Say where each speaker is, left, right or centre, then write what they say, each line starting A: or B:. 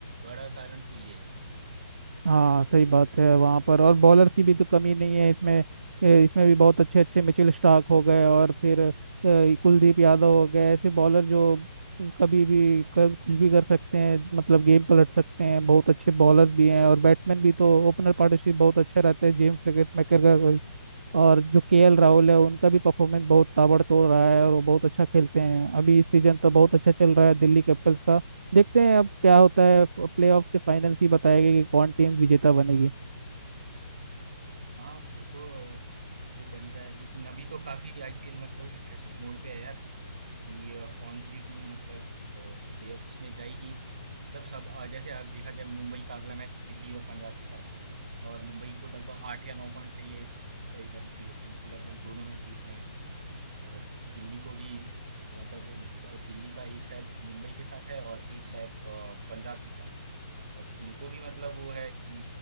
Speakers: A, on the right; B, on the right.
A: बड़ा कारण तो ये है
B: हाँ सही बात है वहाँ पर और बॉलर्स की भी तो कमी नहीं है इसमें ए, इसमें भी बहुत अच्छे अच्छे मिचेल स्टार्क हो गए और फिर ए, कुलदीप यादव हो गए ऐसे बॉलर जो कभी भी कर, कुछ भी कर सकते हैं मतलब गेम पलट सकते हैं बहुत अच्छे बॉलर भी हैं और बैट्समैन भी तो ओपनर पार्टनरशिप बहुत अच्छा रहता है जेम्स क्रिकेट मेकर का और जो केएल राहुल है उनका भी परफॉर्मेंस बहुत ताबड़तोड़ रहा है और वो बहुत अच्छा खेलते हैं अभी इस सीजन तो बहुत अच्छा चल रहा है दिल्ली कैपिटल्स का देखते हैं अब क्या होता है प्लेऑफ के फाइनल ही बताएगा कि कौन टीम विजेता बनेगी
A: हाँ देखो वो बन जाए लेकिन अभी तो काफी आईपीएल मतलब इंटरेस्टिंग मोड पे है यार कि अ, कौन सी टीम मतलब प्लेऑफ्स में जाएगी मतलब सब अ, जैसे अगर देखा जाए मुंबई का अगला मैच दिल्ली और पंजाब के साथ है और मुंबई को लगभग आठ या नौ पॉइंट चाहिए तय करने के लिए तो उनको लगभग दोनों मैच जीतने हैं और दिल्ली को भी मतलब द- दिल्ली का एक शायद मुंबई के साथ है और एक शायद अ, पंजाब के साथ है अब उनको भी मतलब वो है कि